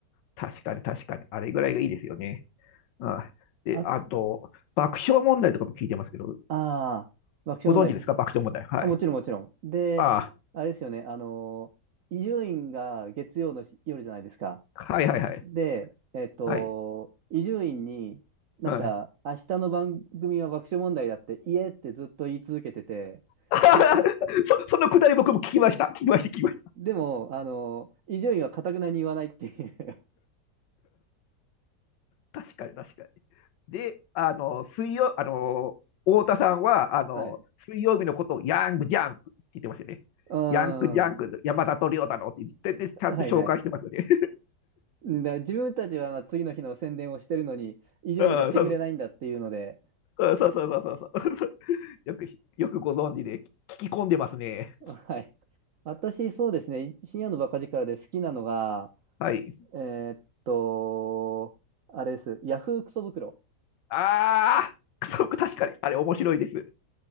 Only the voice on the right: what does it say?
あ、
ああ、爆笑問題です。
あ、もちろんもちろん。で、
あれですよね、あの、伊集院が月曜のし夜じゃないですか。
で、えっと、
伊集院に、なんか、
明日の番組は爆笑問題だって、いえってずっと言い続けてて、
でも、
でもあの、伊集院はかたくなに言わないっていう。
<laughs> はい。
う
ん。
はいはい。んで自分たちはまあ次の日の宣伝をしてるのに、
伊集院がしてくれないんだっていうので、
<laughs> はい。私、そうですね、深夜のバカ力で好きなのが、
えーっと、あれです、ヤフークソ袋。